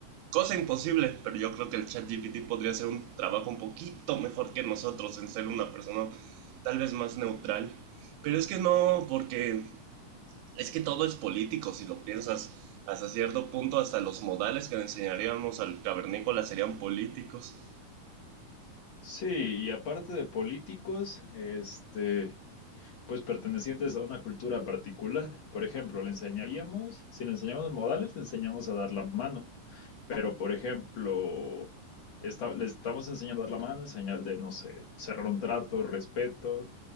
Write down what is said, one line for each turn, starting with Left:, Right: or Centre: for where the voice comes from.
Right: Cosa imposible, pero yo creo que el chat GPT podría hacer un trabajo un poquito mejor que nosotros en ser una persona tal vez más neutral. Pero es que no, porque es que todo es político, si lo piensas. Hasta cierto punto, hasta los modales que le enseñaríamos al cavernícola serían políticos.
Left: Sí, y aparte de políticos, este, pues pertenecientes a una cultura particular. Por ejemplo, le enseñaríamos, si le enseñamos modales, le enseñamos a dar la mano. Pero, por ejemplo, esta- le estamos enseñando a dar la mano en señal de, no sé, cerrar un trato, respeto,